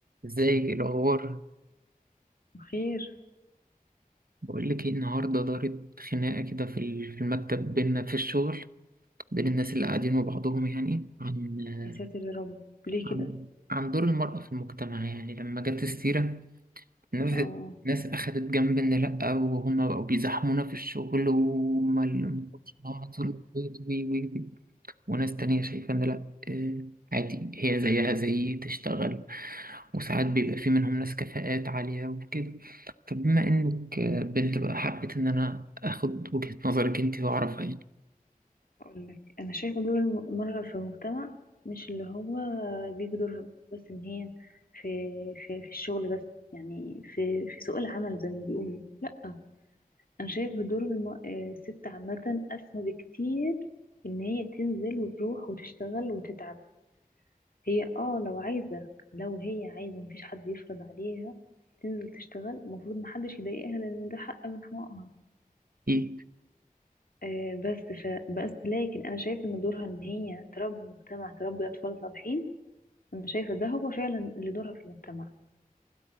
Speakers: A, on the right; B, on the left.
A: ازاي الاخبار
B: خير
A: بقول لك ايه النهارده دارت خناقه كده في ال- في المكتب بينا في الشغل بين الناس اللي قاعدين وبعضهم يعني عن
B: يا ساتر يا رب ليه
A: عن
B: كده
A: عن دور المرأة في المجتمع يعني لما جت السيرة الناس
B: اه
A: الناس أخدت جنب إن لأ وهم بقوا بيزاحمونا في الشغل وهم اللي هم طول البيت وي وي وي. وناس تانية شايفة إن لأ آه، عادي هي زيها زي تشتغل وساعات بيبقى في منهم ناس كفاءات عالية وكده فبما إنك آه، بنت بقى حبيت إن أنا آخد وجهة نظرك أنت وأعرفها يعني
B: اقول لك انا شايفه دور المرأة في المجتمع مش اللي هو بيجي دورها بس ان هي في في في الشغل بس يعني في في سوق العمل زي ما بيقولوا لا انا شايفه دور الم- آه، الست عامة اسمى بكتير ان هي تنزل وتروح وتشتغل وتتعب هي اه لو عايزة لو هي عايزة مفيش حد يفرض عليها تنزل تشتغل المفروض محدش يضايقها لان ده حق من حقوقها
A: أكيد
B: آه، بس ف... بس لكن انا شايف ان دورها ان هي تربي مجتمع تربي اطفال صالحين انا شايفه ده هو فعلا اللي دورها في المجتمع